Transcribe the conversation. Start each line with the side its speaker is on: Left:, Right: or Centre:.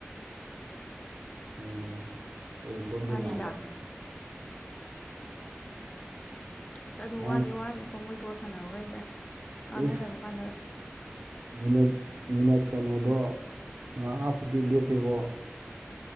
Right: ꯎꯝ ꯑꯣꯏꯔꯝ ꯇꯧꯁꯨ
Left: ꯃꯥꯅꯤꯗ
Right: ꯃꯥꯜꯂ
Left: ꯑꯁ ꯑꯗꯨ
Right: ꯃꯥꯅ
Left: ꯋꯥꯗꯤ ꯋꯥꯔꯝꯅꯤꯀꯣ ꯃꯣꯏ ꯕꯣꯜ ꯁꯥꯟꯅꯕꯈꯩꯗ ꯀꯥꯟꯅꯗꯕ
Right: ꯏꯁ
Left: ꯀꯥꯟꯗ
Right: ꯃꯤꯅꯠ ꯃꯤꯅꯠ ꯀꯩꯅꯣꯗꯣ ꯃꯪꯉꯥ ꯐꯨꯗꯤ ꯂꯦꯞꯄꯦꯕꯣ